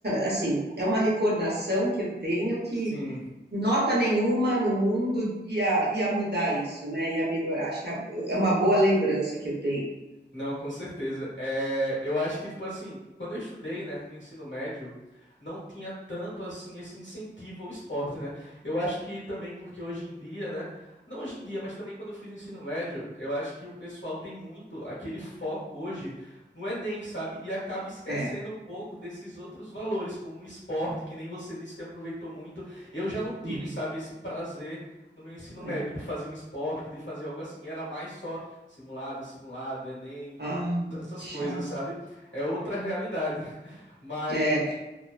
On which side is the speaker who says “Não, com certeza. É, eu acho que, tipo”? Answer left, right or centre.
Left